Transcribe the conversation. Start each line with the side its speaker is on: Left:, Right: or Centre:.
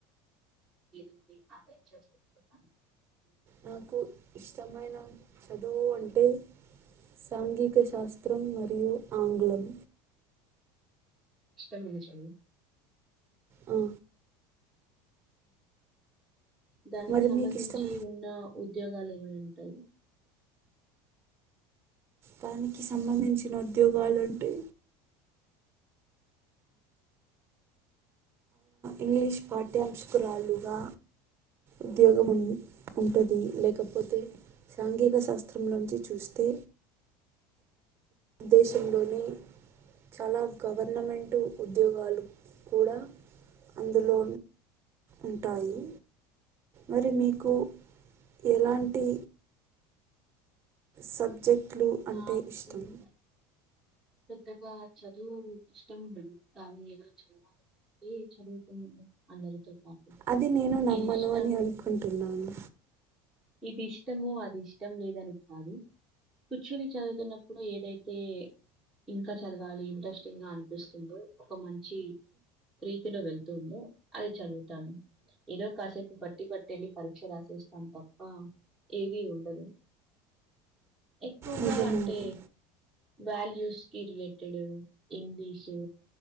Centre: ంటి అదే చేస్తున్నారు అ
Right: నాకు ఇష్టమైన చదువు అంటే సాంఘిక శాస్త్రం మరియు ఆంగ్లం
Centre: ఇష్టా మ చ
Right: ఆఓ
Centre: దానికి
Right: మరి
Centre: సంబంధించి
Right: మీకు ఇష్టం
Centre: ఉన్న ఉద్యోగాలు ంటాయి
Right: దానికి సంబంధించిన ఉద్యోగాలు అంటే ఇంగ్లీష్ పాఠ్యాంశకురాలుుగా ఉద్యోగం ఉ ఉంటుంది లేకపోతే సాంఘిక శాస్త్రం నుంచి చూస్తే
Centre: <inaudible>
Right: దేశంలోని చాలా గవర్నమెంట్ ఉద్యోగాలు కూడా అందులో ఉంటాయి మరి మీకు ఎలాంటి సబ్జెక్టులు అంటే
Centre: నాకు
Right: ఇష్టం
Centre: పెద్దగా చదువు ఇష్టం ఉండదు కానీ ఏదో చదువాల ఏ చదువుతు అందరితో పాటు.
Right: అది నేను నమ్మను
Centre: ఇది ఇష్టము
Right: అని అనుకుంటున్నాను
Centre: ఇది ఇష్టముో అది ఇష్టం లేదని కాదు కూర్చుని చదువుతున్నప్పుడు ఏ యితే ఇంకా చదవాలి ఇంట్రెస్టింగ్ గా అనిపిస్తుందిో ఒక మంచి రీతిలో వెళ్తుందో అది చదువుతాను ఏదో కాసేపు బట్టి పట్టలి పరీక్ష రాసిస్తాంట ఆ ఏది ఉండదు ఎక్కువగా
Right: నిజమే
Centre: అంటే
Right: అది
Centre: వాల్యూస్ కి ఇట్ డు ఇంగ్లీషు